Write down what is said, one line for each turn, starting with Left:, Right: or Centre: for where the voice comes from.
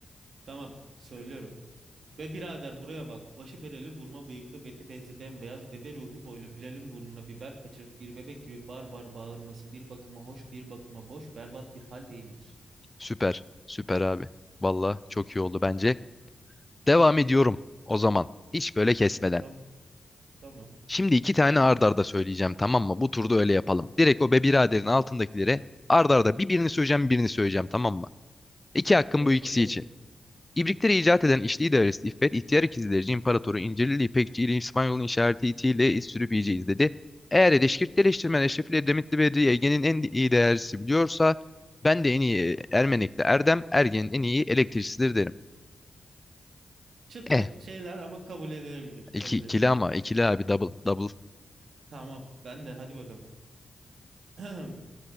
Right: Tamam, söylüyorum. Ve birader buraya bak. Başı bereli, burma bıyıklı, beti benzi bembeyaz, bebe ruhi boylu, Bilal'in burnuna biber kaçırıp bir bebek gibi bar bar bağırması bir bakıma hoş, bir bakıma boş, berbat bir hal değil midir?
Left: Süper. Süper abi. Valla çok iyi oldu bence. Devam ediyorum o zaman. Hiç böyle kesmeden.
Right: Tamam, tamam.
Left: Şimdi iki tane ard arda söyleyeceğim tamam mı? Bu turda öyle yapalım. Direkt o be biraderin altındakilere ard arda bir birini söyleyeceğim birini söyleyeceğim tamam mı? İki hakkım
Right: Hadi
Left: bu ikisi
Right: bakalım.
Left: için. İbrikleri icat eden İşli idaresi İffet, ihtiyar ikizlerci imparatoru İncirlili İpekçi ile İspanyol'un işareti itiyle iz sürüp yiyeceğiz dedi. Eğer Eleşkirt eleştirmen Eşrefil Edremitli Bedri Ege'nin en iyi değerlisi biliyorsa ben de en iyi e, Ermenek'te Erdem, Ergen'in en iyi elektrikçisidir derim.
Right: Çıt
Left: Eh,
Right: pıt şeyler ama kabul edilebilir.
Left: iki,
Right: Kabul
Left: ikili
Right: edilebilir.
Left: ama ikili abi double, double
Right: Tamam, ben de hadi bakalım. <clears throat>